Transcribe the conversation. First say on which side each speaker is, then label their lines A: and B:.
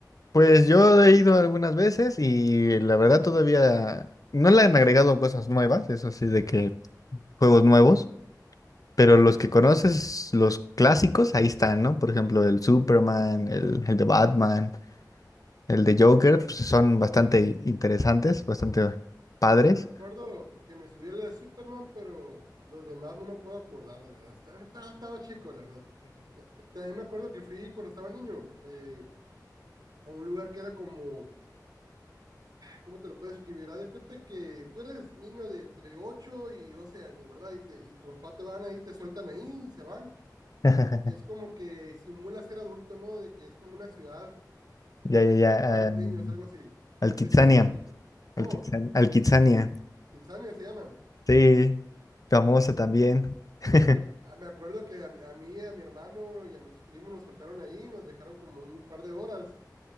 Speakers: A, on the left (about 55°); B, on the right (about 75°).
A: Pues yo he ido algunas veces y la verdad todavía no le han agregado cosas nuevas, eso así de que juegos nuevos, pero los que conoces, los clásicos, ahí están, ¿no? Por ejemplo, el Superman, el, el de Batman, el de Joker, pues son bastante interesantes, bastante padres.
B: Me, me acuerdo que me subí al de Superman, pero los demás no me puedo acordar, la verdad. Estaba, estaba, estaba chico, la verdad. También me acuerdo que fui cuando estaba niño. Eh, a un lugar que era como, ¿cómo te lo puedes escribir? Haz de cuenta que tú eres niño de entre 8 y 12 años, ¿verdad? Y, te, y tu papá te van ahí, te sueltan ahí y se van.
A: <laughs>
B: Y es como que simula ser adulto, ¿no? De que es como una ciudad
A: Ya, ya, ya.
B: para los
A: em,
B: niños, algo así.
A: Al
B: No
A: Kitsania.
B: sé si me puedes clipar. ¿Cómo?
A: Al Kitsan- al Kitsania.
B: Kitsania se llama.
A: Sí, famosa también. <laughs>
B: Sí, porque me a- me acuerdo que a, mí- a mí, a mi hermano y a mis primos nos soltaron ahí, nos dejaron como un par de horas